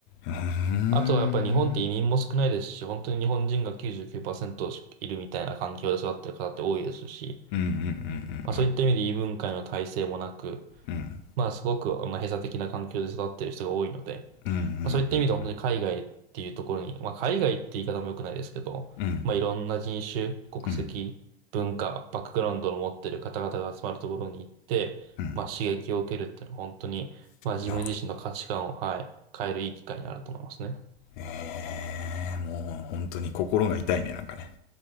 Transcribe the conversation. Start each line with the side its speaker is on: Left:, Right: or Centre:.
Left: うんうん。うん。
Right: あとはやっぱり日本って移民も少ないですし、本当に日本人が99%いるみたいな環境で育ってる方って多いですし、
Left: うんうんうんう
Right: まあそういった意味で異文化への耐性もなく、
Left: んうん。うん
Right: まあすごくまあ閉鎖的な環境で育ってる人が多いので、
Left: うんうんう
Right: まあそういった意味では本当に海外っていうところに、
Left: ん
Right: まあ海外って言い方も良くないですけど、
Left: うん。うん
Right: まあいろんな人種、国籍、
Left: うん
Right: 文化、バックグラウンドの持ってる方々が集まるところに行って、
Left: うん。
Right: まあ刺激を受けるっていうのは本当に、まあ自分自身の価値観を、
Left: なるほど。
Right: はい、変えるいい機会になると思いますね。
Left: えー、もう本当に心が痛いね、なんかね。